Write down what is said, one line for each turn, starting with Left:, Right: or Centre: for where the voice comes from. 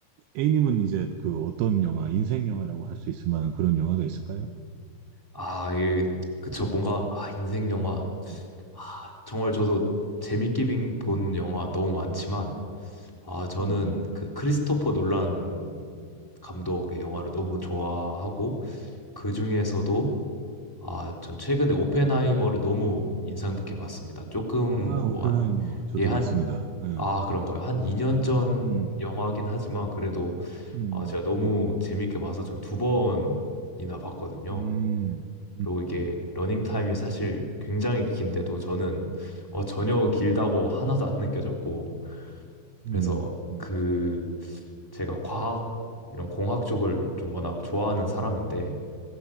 Right: A님은 이제 그 어떤 영화, 인생 영화라고 할 수 있을 만한 그런 영화가 있을까요?
Centre: 아, 이게, 그쵸, 뭔가, 아, 인생 영화,
Right: 음,
Centre: 아, 정말 저도 재밌게 빈-
Right: 음,
Centre: 본 영화 너무 많지만, 아, 저는
Right: 음,
Centre: 그 크리스토퍼 놀란
Right: 음,
Centre: 감독의 영화를
Right: 음,
Centre: 너무 좋아하고, 그 중에서도
Right: 네.
Centre: 아, 전 최근에 오펜하이머를 너무 인상 깊게 봤습니다. 조금
Right: 아, 오펜하이머
Centre: 뭐 한,
Right: 저도
Centre: 예, 한,
Right: 봤습니다. 네.
Centre: 아, 그런가요? 한 2년 전
Right: 음,
Centre: 영화긴 하지만 그래도
Right: 음,
Centre: 아, 제가 너무
Right: 음,
Centre: 재밌게 봐서 전 두 번이나 봤거든요.
Right: 음, 음,
Centre: 그리고 이게
Right: 음,
Centre: 러닝 타임이 사실 굉장히 긴데도 저는 어,
Right: 그죠.
Centre: 전혀 길다고
Right: 음,
Centre: 하나도 안 느껴졌고
Right: 음,
Centre: 그래서
Right: 음,
Centre: 그 제가 과학 이런 공학 쪽을 좀 워낙 좋아하는 사람인데